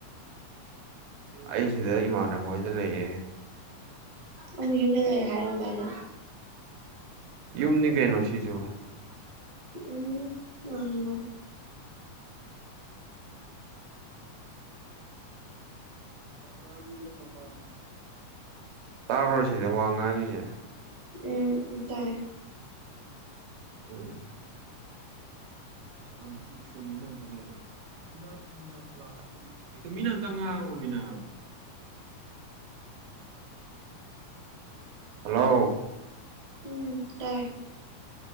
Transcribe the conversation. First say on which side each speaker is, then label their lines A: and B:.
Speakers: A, on the right; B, on the right.
A: ꯑꯩ ꯁꯤꯗ ꯏꯃꯥꯟꯅꯕ ꯍꯣꯏꯗ ꯂꯩꯌꯦꯦ
B: ꯑꯝꯕ ꯌꯨꯝ ꯂꯩ ꯂꯩꯦ ꯍꯥꯏꯔ ꯀ <inaudible>
A: ꯌꯨꯝꯅꯤ ꯀꯩꯅꯣꯁꯤꯁꯨ
B: ꯎꯝ ꯅꯣꯏꯅꯤꯉ
A: ꯐꯁꯥ ꯀꯄꯥꯥ ꯇꯥꯕ꯭ꯔꯥ ꯁꯤꯅꯦ ꯋꯥ ꯉꯥꯡꯉꯤꯁꯦ
B: ꯎꯝ ꯇꯥꯏ
A: ꯎꯝ ꯑ ꯑ ꯀꯃꯤꯅꯗ ꯂꯩꯦ ꯌꯥꯝ ꯃꯤꯅ ꯑꯝꯇ ꯉꯥꯡꯉꯃꯤꯅꯕ ꯍꯜꯂꯣ
B: ꯎꯝ ꯇꯥꯏ